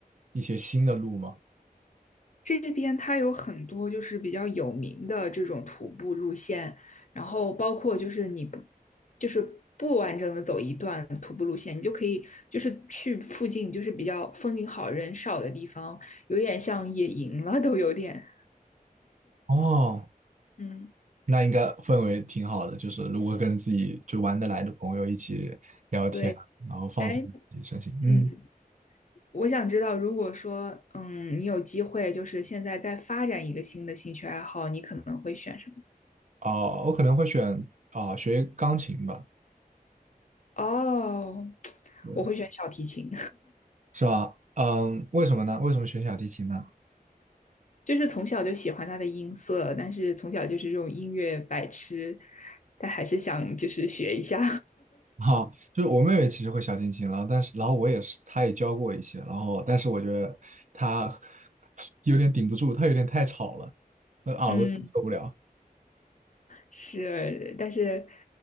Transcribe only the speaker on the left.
这边它有很多就是比较有名的这种徒步路线，然后包括就是你不就是不完整的走一段徒步路线，你就可以就是去附近就是比较风景好人少的地方，有点像野营了都有点。
嗯，
对，
哎，
嗯，我想知道，如果说嗯你有机会就是现在再发展一个新的兴趣爱好，你可能会选什么？
哦，<tsk>
我会选小提琴。
就是从小就喜欢他的音色，但是从小就是这种音乐白痴，但还是想就是学一下
<laughs>。
嗯，是，但是